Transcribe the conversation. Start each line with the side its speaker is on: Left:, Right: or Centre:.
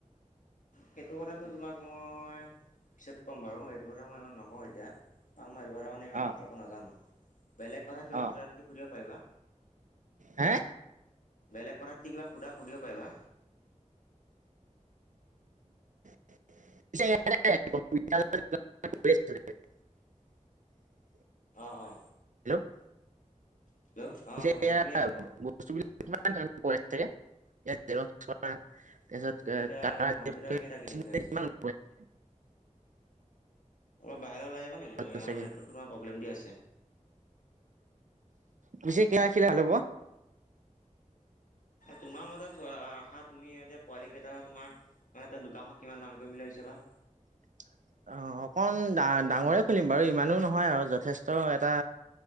Left: সেইটো কথাটো তোমাক মই পিছত ক'ম বাৰু সেইটো কথা মই ইমান নকওঁ এতিয়া মানে ইমান
Right: অ
Left: ভালকৈ নাজানো বেলেগ কথা কিবা
Right: অ
Left: হুধা যদি সুধিব পাৰিবা
Right: হে
Left: বেলেগ কথাত কিবা সুধা যদি সুধিব পাৰিবা
Right: <unintelligible>
Left: অ অ
Right: হয়।
Left: হেল্ল' অ
Right: পিয়া
Left: শুনি শুনি আছোঁ কওক
Right: বস্তু বিলাক কিমান চ। তাৰপিছত
Left: তুমি এতিয়া
Right: ত
Left: কম্পিউটাৰ কেইটা কিনিম বুলি ভাবিছা
Right: কিমান?
Left: অলপ বাহিৰলৈ ওলাই যাবা নেকি তুমি
Right: হ'ব
Left: অলপ
Right: চাগে?
Left: নেটৱক টো প্ৰব্লেম দি আছে।
Right: বছি খেলা খেলিলে ভাল হ'ব।
Left: তোমাৰ মতহা তুমি এ যেয়া পোৱালিকটা হ তোমাৰ। <unintelligible> দোকানখন কিমান ডাঙৰ কৰিম বুলি ভাবিছে বা!
Right: <inaudible> অ অকণ ডা ডাঙৰে খুলিম বাৰু ইমানো নহয় আৰু যথেষ্ট এটা